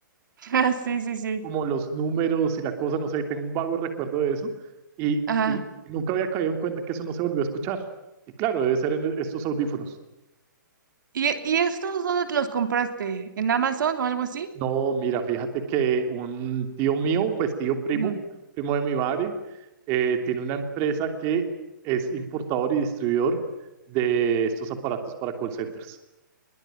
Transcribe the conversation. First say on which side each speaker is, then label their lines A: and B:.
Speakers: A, on the right; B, on the right.
A: <laughs> sí, sí, sí.
B: Como los números y la cosa, no sé, tengo un vago recuerdo de eso. Y,
A: ajá.
B: y nunca había caído en cuenta que eso no se volvió a escuchar. Y claro, debe ser en estos audífonos.
A: ¿Y, y estos dónde los compraste? ¿En Amazon o algo así?
B: No, mira, fíjate que un tío mío, pues tío primo,
A: Ujú.
B: primo de mi madre, eh, tiene una empresa que es importador y distribuidor de estos aparatos para call centers.